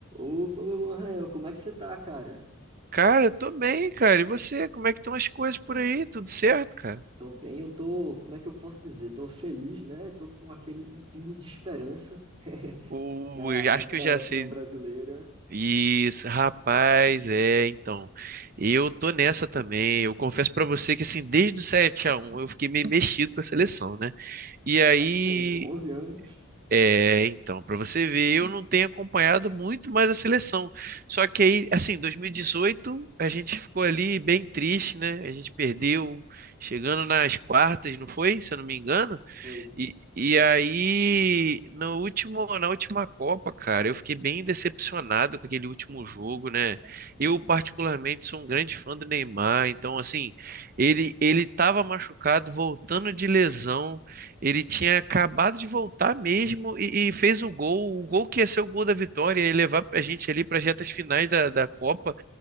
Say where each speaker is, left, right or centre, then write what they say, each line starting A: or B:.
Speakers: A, on the right; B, on the right.
A: Opa, meu mano Rael, como é que você tá, cara?
B: Cara, eu tô bem, cara. E você? Como é que estão as coisas por aí? Tudo certo, cara?
A: Tô bem, eu tô, como é que eu posso dizer? Tô feliz, né? Tô com aquele um pingo de esperança <laughs>
B: Ou
A: na,
B: eu já-
A: na
B: acho
A: seleção
B: que eu já sei.
A: brasileira.
B: Isso, rapaz, é, então. Eu tô nessa também. Eu confesso pra você que assim, desde o sete a um, eu fiquei meio mexido com a seleção, né? E aí,
A: Faz tempo, 11 anos
B: é, então, pra você ver, eu não tenho acompanhado muito mais a seleção. Só que aí, assim, 2018, a gente ficou ali bem triste, né? A gente perdeu chegando nas quartas, não foi? Se eu não me engano.
A: foi.
B: E, e aí, no último, na última Copa, cara, eu fiquei bem decepcionado com aquele último jogo, né? Eu, particularmente, sou um grande fã do Neymar, então, assim, ele ele estava machucado, voltando de lesão, ele tinha acabado de voltar mesmo e, e fez o gol, o gol que ia ser o gol da vitória, ia levar a gente ali para as retas finais da, da Copa,